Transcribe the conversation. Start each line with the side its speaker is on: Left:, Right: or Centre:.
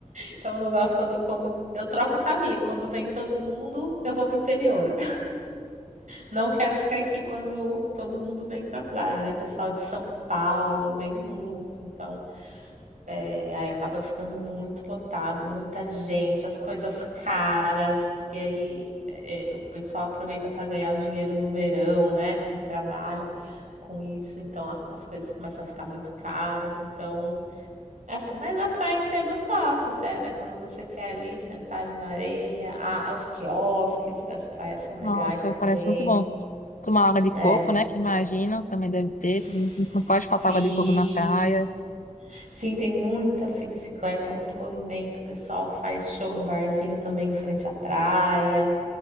Right: Então, eu não gosto quando, quando eu troco o caminho, quando vem todo mundo, eu vou pro interior. Não quero ficar aqui quando todo mundo vem pra praia, né? Pessoal de São Paulo vem muito, então é, aí acaba ficando muito lotado, muita gente, as coisas caras, porque aí é, é, o pessoal aproveita para ganhar o dinheiro no verão, né? Quem trabalha com isso, então a- as coisas começam a ficar muito caras, então é assim, mas a praia em si é gostosa até, né? Quando você quer ali sentar ali na areia, ah, os quiosques das praias são legais
Left: nossa,
Right: também.
Left: parece muito bom. Tomar água de
Right: né?
Left: coco, né? Que imagino, também deve ter.
Right: Sim.
Left: Também Não pode faltar água de coco na praia.
Right: Sim, tem muita assim, bicicleta, muito movimento. O pessoal faz show no barzinho também em frente à praia.